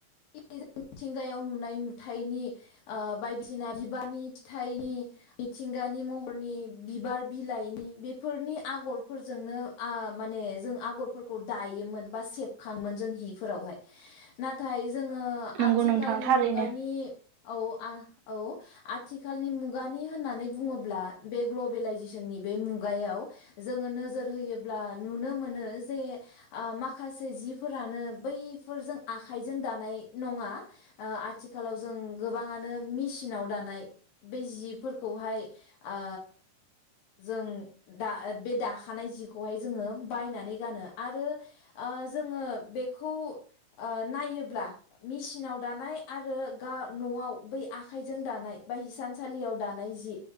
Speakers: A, on the left; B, on the right.
A: <unintelligible> मिथिंगायाव नुनाय नुथनि ओ बायदिसिना बिबारनि फिथाइनि मिथिंगानि महरनि बिबार बिलाइनि बेफोरनि आगरफोरजोंनो आ माने जों आगरफोरखौ दायोमोन बा सेबखाङो जों हि फोरावहाय नाथाय जोङो
B: नंगौ
A: आथिखालनि
B: नोंथां थारैनो
A: मुगानि औ आ औ आथिखालनि मुगानि होननानै बुङोब्ला बे ग्लबेलाइजेसननि बे मुगायाव जोङो नोजोर होयोब्ला नुनो मोनो जे आ माखासे जि फोरानो बैफोरजों आखाइजों दानाय नङा ओ आथिखालाव जों गोबाङानो मेसिनाव दानाय बै जिफोरखौहाय ओ जों दा बे दाखानाय जिखौहाय जोङो बायनानै गानो आरो आ जोङो बेखौ ओ नायोब्ला मेसिनाव दानाय आरो गा न'आव बै आखाइजों दानाय बा हिसानसालियाव दानाय जि